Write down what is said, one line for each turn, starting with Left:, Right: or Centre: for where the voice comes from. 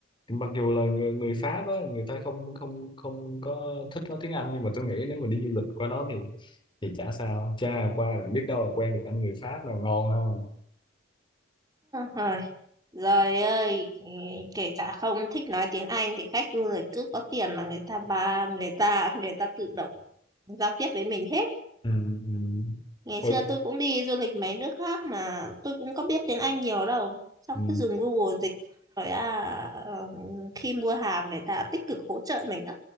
Left: mặc dù là người, người Pháp á người ta không không không có thích nói tiếng Anh nhưng mà tôi nghĩ nếu mà đi du lịch qua đó thì thì chả sao cha qua là biết đâu là quen được anh người Pháp nào ngon ha
Right: à, Rồi ơi, ừ, kể cả không thích nói tiếng Anh thì khách du lịch cứ có tiền mà người ta ba người ta người ta tự động giao tiếp với mình hết.
Left: ừ, ừ.
Right: Ngày
Left: Ủa,
Right: xưa tôi cũng đi du lịch mấy nước khác mà tôi cũng có biết tiếng Anh nhiều đâu. Xong
Left: ừ,
Right: cứ dùng Google dịch rồi à, ờ, khi mua hàng người ta tích cực hỗ trợ mình á.